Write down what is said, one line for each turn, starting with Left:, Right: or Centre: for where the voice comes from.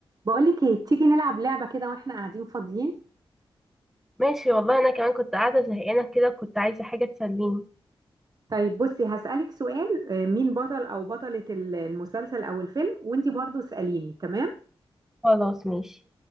Right: بقولك ايه تيجي نلعب لعبة كده واحنا قاعدين فاضيين
Centre: ماشي والله انا كمان كنت قاعده زهقانه كده كنت عايزه حاجه تسليني
Right: طيب بصي هسألك سؤال آه، مين بطل او بطلة ال- المسلسل او الفيلم وانتي برضو اسأليني تمام
Centre: خلاص ماشي